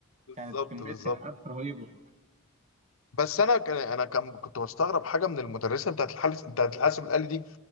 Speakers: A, on the left (about 75°); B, on the right (about 35°).
A: بالظبط
B: كانت كمية
A: بالظبط
B: خناقات رهيبة
A: بس انا ك- انا كان كنت بستغرب حاجه من المدرسه بتاعت الحاسب بتاعت الحاسب الالي دي